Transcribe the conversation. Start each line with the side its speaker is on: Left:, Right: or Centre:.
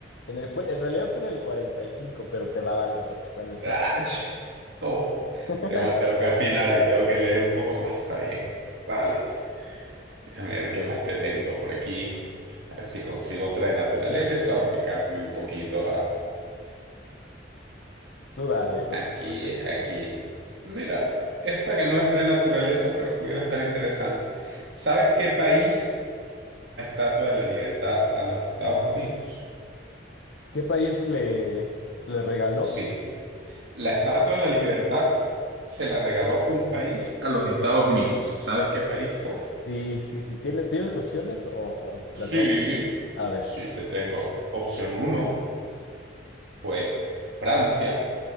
Left: en el, fue, en realidad fue en el 45, pero te la valgo porque fue en ese.
Right: 1946. ¡Ach! Oh,
Left: <laughs>
Right: tengo, tengo que afinar ahí, tengo que leer un poco más, está bien. Vale, déjame ver qué más te tengo por aquí. A ver si consigo otra de naturaleza o me cambio un poquito a
Left: Tú dale lo
Right: aquí,
Left: que, lo que prefieras.
Right: aquí. Mira, esta que no es de naturaleza, pero pudiera estar interesante. ¿Sabes qué país? la Estatua de la Libertad a los Estados Unidos?
Left: ¿Qué país le, le regaló?
Right: Sí. La Estatua de la Libertad se la regaló un país a los Estados Unidos. ¿Sabes qué país fue?
Left: Sí, sí, sí. ¿Tiene, ¿tienes opciones o, o
Right: Sí.
Left: la tengo? que- A ver,
Right: Sí, te tengo. Opción uno fue Francia.